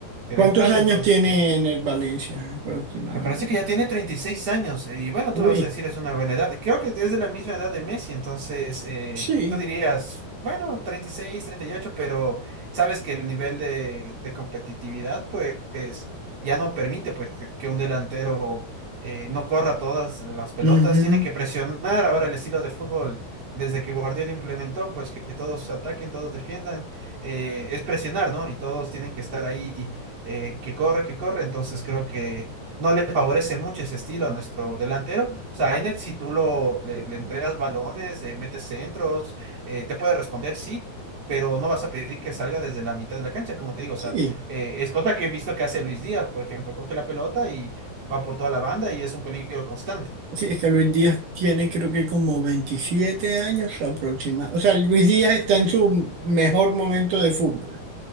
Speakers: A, on the right; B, on the right.
A: que
B: ¿Cuántos
A: de entrada,
B: años
A: entonces.
B: tiene Ener Valencia aproximadamente?
A: Me parece que ya tiene 36 años eh, y bueno,
B: Uy,
A: tú me vas a decir es una buena edad. Creo que es de la misma edad de Messi, entonces eh,
B: sí.
A: tú dirías, bueno, treinta treinta y seis treinta y ocho pero sabes que el nivel de, de competitividad pues es- ya no permite pues que, que un delantero eh, no corra todas las pelotas,
B: ujú,
A: tiene que presionar ahora el estilo de fútbol desde que Guardiola implementó pues que todos ataquen, todos defiendan, eh, es presionar, ¿no? Y todos tienen que estar ahí eh, que corre, que corre, entonces creo que no le favorece mucho ese estilo a nuestro delantero. O sea, Ener, si tú lo, le, le entregas balones, eh, metes centros, eh, te puede responder, sí, pero no vas a pedir que salga desde la mitad de la cancha, como te digo. O
B: Sí.
A: sea, eh, es cosa que he visto que hace Luis Díaz, por ejemplo, coge la pelota y va por toda la banda y es un peligro constante.
B: Sí, es que Luis Díaz tiene creo que como 27 años aproximadamente. O sea, Luis Díaz está en su mejor momento de fútbol,